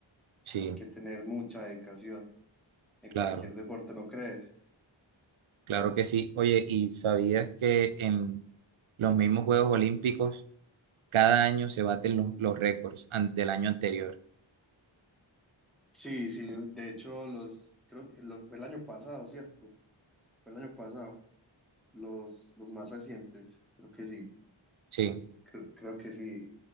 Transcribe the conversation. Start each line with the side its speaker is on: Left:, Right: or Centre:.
Right: Sí,
Centre: Hay que tener mucha dedicación en
Right: claro,
Centre: cualquier deporte, ¿no crees?
Right: claro que sí. Oye, ¿y sabías que en los mismos Juegos Olímpicos cada año se baten los, los récords an- del año anterior?
Centre: Sí, sí, de hecho, los, creo que lo- fue el año pasado, ¿cierto? Fue el año pasado, los, los más recientes, creo que sí,
Right: Sí,
Centre: creo, creo que sí.